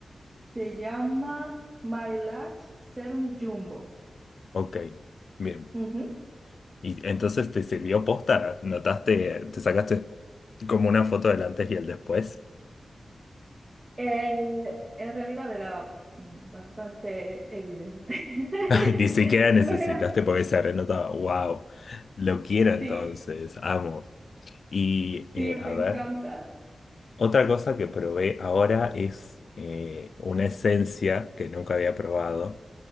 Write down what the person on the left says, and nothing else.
Ok, bien.
Y entonces te sirvió posta, notaste, te sacaste como una foto del antes y el después.
<laughs> Ni siquiera necesitaste
porque se renotaba. Wow, lo quiero entonces,
amo. Y
eh,
a
ver, otra cosa que probé ahora es eh, una esencia que nunca había probado